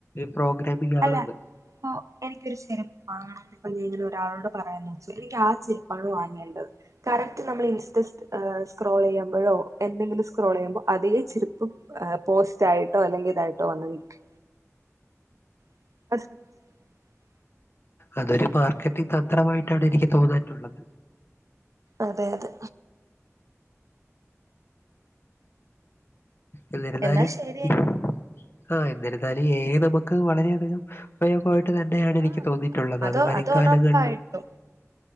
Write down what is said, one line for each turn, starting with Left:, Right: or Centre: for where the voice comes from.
Left: പ്രോഗ്രാമിംഗ്
Right: അല്ല
Left: ആണത്
Right: ഒ ഇപ്പൊ എനിക്കൊരു ചെരുപ്പ് വാങ്ങണമെന്ന് ഇങ്ങനെ ഞാൻ ഒരാളോട് പറയാണ് എനിക്ക് ആ ചെരുപ്പാണ് വാങ്ങേണ്ടത് കറക്റ്റ് നമ്മൾ ഇൻസ്റ്റ സ് എ സ്ക്രോൾ ചെയ്യുമ്പോഴോ എന്തെങ്കിലും സ്ക്രോൾ ചെയ്യുമ്പോ അതേ ചെരുപ്പ് എ പോസ്റ്റ് ആയിട്ടോ അല്ലെങ്കിൽ ഇതായിട്ടോ വന്ന് ക്കും <unintelligible>
Left: അതൊരു മാർക്കറ്റിങ് തന്ത്രമായിട്ടാണ് എനിക്ക് തോന്നാറ്റുള്ളത്
Right: അതെ അതെ
Left: എന്നിരുന്നാലും
Right: എന്നാ ശരിയെങ്കി
Left: ഈ ആ എന്നിരുന്നാലും ഏ ഐ നമുക്ക് വളരെയധികം ഉപയോഗ അത് തന്നെയാണ് എനിക്ക്
Right: ആഹ്
Left: തോന്നിയിട്ടുള്ളത്
Right: അതോ
Left: അത് വരും കാലങ്ങളിലും
Right: ഒറപ്പായിട്ടും